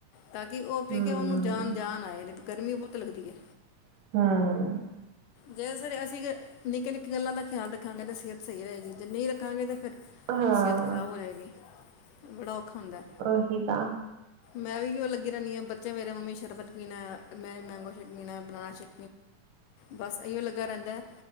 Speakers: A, on the left; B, on the right.
A: ਤਾਂ ਕਿ ਉਹ ਪੀ
B: ਹਮ
A: ਕੇ ਉਹਨੂੰ ਜਾਨ ਜਾਨ ਆਏ ਨੇ ਗਰਮੀ ਬਹੁਤ ਲਗਦੀ ਹੈ।
B: ਹਾ-
A: ਜੇ ਸਰ ਅਸੀ ਨਿਕੇ- ਨਿਕੇ ਗਲਾ ਦਾ ਖਿਆਲ ਰੱਖਾਂਗੇ ਤਾਂ ਸਿਹਤ ਸਹੀ ਰਹੇਗੀ ਜੇ ਨਹੀ ਰਖਾਗੇ ਤਾਂ ਫਿਰ
B: ਹਾਂ
A: ਸਿਹਤ ਖਰਾਬ ਹੋ ਜਾਏਗੀ ਬੜਾ ਔਖਾ ਹੁੰਦਾ
B: ਉਹੀ ਤਾਂ
A: ਮੈਂ ਵੀ ਉਹਓ ਲੱਗੀ ਰਹਿੰਦੀ ਹਾਂ ਬੱਚੇ ਮਰੇਮੀ ਸ਼ਰਬਤ ਪੀਣਾ ਹੈ ਮੈਂ ਮੈਂਗੋ ਸ਼ੇਕ ਪੀਣਾ ਹੈ ਬਨਣਾ ਸ਼ੇਕ ਬਸ ਇਹੀਓ ਲੱਗਾਿਆ ਰਹਿੰਦਾ